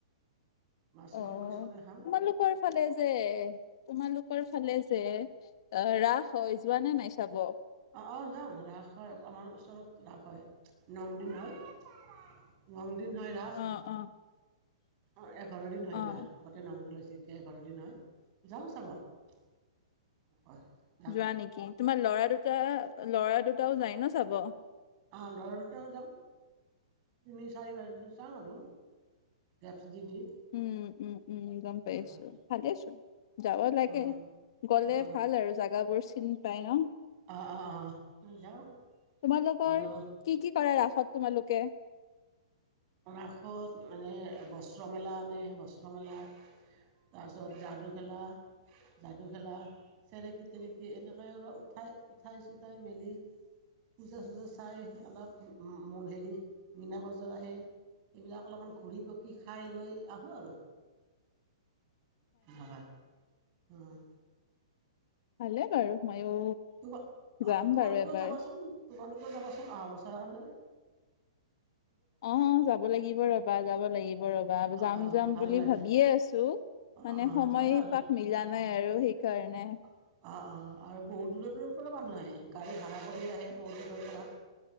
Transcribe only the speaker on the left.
অ
তোমালোকৰ ফালে যে তোমালোকৰ ফালে যে অ ৰাস হয় যোৱা নে নাই চাব
অ অ
অ'
যোৱা নেকি তোমাৰ ল'ৰা দুটা ল'ৰা দুটাও যায় ন চাব
উম উম উম গম
পাই আছো ভালে আছো। যাব লাগে
গলে
ভাল আৰু জাগাবোৰ চিনি পাই ন।
তোমালোকৰ
কি কি কৰাৰ ৰাসত তোমালোকে?
ভালে বাৰু ময়ো
যাম
বাৰু এবাৰ।
অ যাব লাগিব ৰবা যাব লাগিব ৰবা
যাম
যাম
বুলি
ভাবিয়ে আছো।
মানে
সময়
পাক মিলা নাই আৰু সেইকাৰণে।